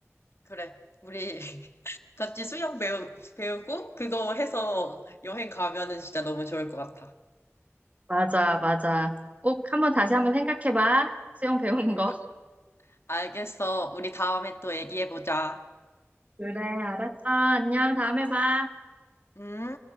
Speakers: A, on the left; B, on the right.
A: 그래. 우리 <laughs> 같이 수영 배우, 배우고 그거 해서 여행 가면은 진짜 너무 좋을 것 같아.
B: 맞아, 맞아. 꼭 한번 다시 한번 생각해봐. 수영 배우는
A: 응,
B: 거.
A: 아- 알겠어. 우리 다음에 또 얘기해보자.
B: <laughs> 그래, 알았어. 안녕. 다음에 봐.
A: 응?